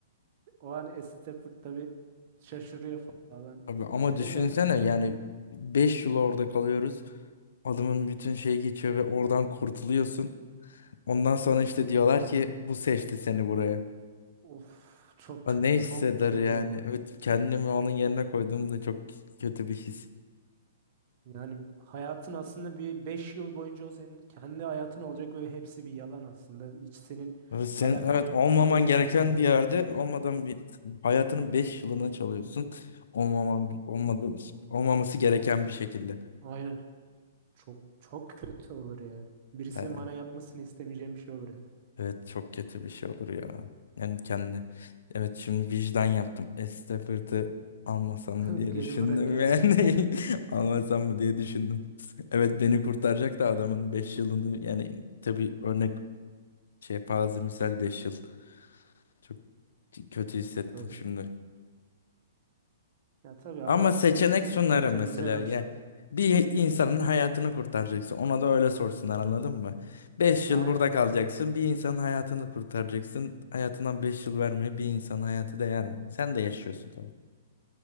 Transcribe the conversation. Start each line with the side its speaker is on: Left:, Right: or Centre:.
Right: O hani Stafford tabii şaşırıyor falan.
Left: Abi, ama
Right: Ulan nereye
Left: düşünsene
Right: geldik?
Left: yani 5 yıl orada kalıyoruz. Adamın bütün şeyi geçiyor ve oradan kurtuluyorsun. Ondan sonra işte diyorlar ki bu seçti seni buraya.
Right: Of çok
Left: Aa, ne hisseder
Right: çok kötü
Left: yani?
Right: olur.
Left: Evet kendimi onun yerine koyduğumda çok kötü bir his.
Right: Yani hayatın aslında bir 5 yıl boyunca o senin kendi hayatın olacak ve hepsi bir yalan aslında. Hiç senin
Left: Evet, senin
Right: alakan
Left: evet
Right: yokken
Left: olmaman
Right: birden
Left: gereken
Right: getirilmiş.
Left: bir yerde olmadan bir hayatının 5 yılını çalıyorsun. Olmaman olmadı olmaması gereken bir şekilde.
Right: Aynen. Çok çok kötü olur ya. Birisinin
Left: Yani,
Right: bana yapmasını istemeyeceğim bir şey olur yani.
Left: evet çok kötü bir şey olur ya. Yani kendine. Evet şimdi vicdan yaptım. Estafir'i almasam
Right: <laughs>
Left: mı diye
Right: Geri
Left: düşündüm
Right: bırakıyorum.
Left: yani. <laughs> Almasam mı diye düşündüm. Evet beni kurtaracak da adamın 5 yılını yani tabii örnek şey parazimsel 5 yıl. Çok kötü hissettim
Right: Tabii.
Left: şimdi.
Right: Ya tabii ama
Left: Ama seçenek
Right: Stafford
Left: sunar
Right: olsa
Left: mesela.
Right: güzel olur.
Left: Ya bir insanın hayatını kurtaracaksın. Ona da öyle sorsunlar anladın mı? Beş
Right: Aynen.
Left: yıl burada kalacaksın. Bir insanın hayatını kurtaracaksın. Hayatından 5 yıl vermeye bir insanın hayatı değer mi? Sen de yaşıyorsun tabii.